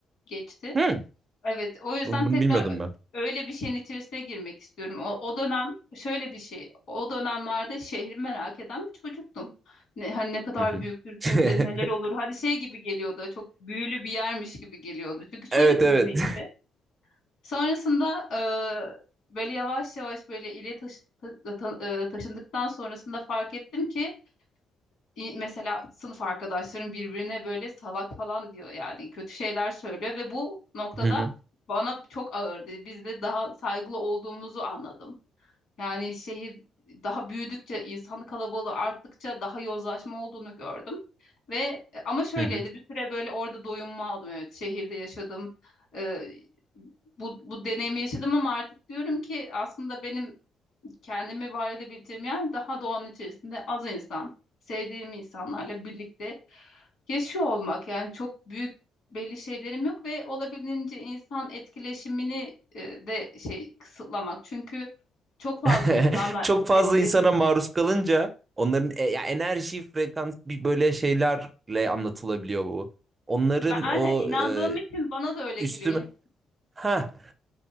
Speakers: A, on the left; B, on the right.
A: geçti.
B: Hı.
A: Evet, o yüzden
B: Bunu bunu
A: tekrar
B: bilmiyordum
A: ö-
B: ben.
A: öyle bir şeyin içerisine girmek istiyorum. O, o dönem şöyle bir şey. O dönemlerde şehri merak eden bir çocuktum. Ne, hani ne kadar
B: Hı hı.
A: büyüktür kim
B: <laughs>
A: bilir neler olur. Hani şey gibi geliyordu. Çok büyülü bir yermiş gibi geliyordu. Çünkü çocuk
B: Evet
A: zihni
B: evet.
A: işte. Sonrasında e, böyle yavaş yavaş böyle ile taşı- ta- ta- e, taşındıktan sonrasında fark ettim ki İ- Mesela sınıf arkadaşlarım birbirine böyle salak falan diyor yani kötü şeyler söylüyor ve bu noktada
B: Hı hı,
A: bana çok ağırdı. Biz de daha saygılı olduğumuzu anladım. Yani şehir daha büyüdükçe insan kalabalığı arttıkça daha yozlaşma olduğunu gördüm. Ve e, ama şöyleydi
B: hı hı.
A: bir süre böyle orada doyumma aldım evet şehirde yaşadım. Ee, bu, bu deneyimi yaşadım ama artık diyorum ki aslında benim kendimi var edebileceğim yer daha doğanın içerisinde az insan, sevdiğim insanlarla birlikte yaşıyor olmak. Yani çok büyük belli şeylerim yok ve olabildiğince insan etkileşimini e, de şey kısıtlamak. Çünkü çok fazla
B: <laughs>
A: insanla
B: Çok fazla
A: etkileşim.
B: insana maruz kalınca onların e, ya enerji, frekans bir böyle şeylerle anlatılabiliyor bu. Onların
A: Ben aynen
B: o
A: inandığım
B: e,
A: için bana da öyle
B: üstüme
A: geliyor. İnsan
B: ha